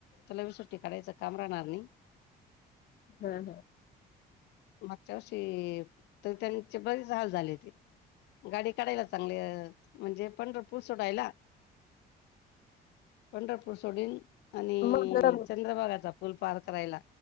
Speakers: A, on the left; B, on the left.
A: त्याला बि सुट्टी काढायचं काम राहणार नाही.
B: हा हां.
A: मागच्या वर्षी तर, त्यांचे बरेच हाल झाले ते. गाडी काढायला चांगली म्हणजे पंढरपूर सोडायला. पंढरपूर सोडून आणि
B: मग
A: चंद्रभगाचा पूल पार करायला.